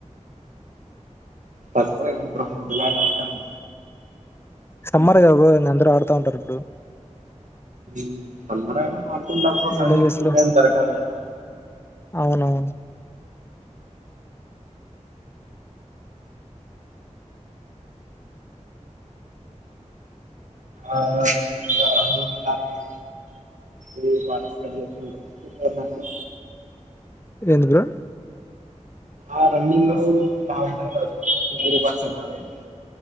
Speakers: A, on the right; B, on the left.
A: తక్కువే <unintelligible>
B: సమ్మర్ కదా బ్రో అందరూ ఆడుతా ఉంటారు ఇప్పుడు
A: మ్మ్ సమ్మరైన ఆడుతుంటారు పో కానీ
B: విలేజెస్
A: ఫ్రీ
B: లో
A: టైమ్ దొరకాలి కదా
B: అవునవును
A: ఆనందించాలండి ఇలాంటివి మీరు పార్టిసిపేట్ చేస్తుంటారా ఫ్రీగా ఉన్నప్పుడు
B: ఎందుకురా
A: ఆ రన్నింగ్ లో ఇలా ఉంటది కదా బ్రో సింగిల్ పర్సన్ ఆడేది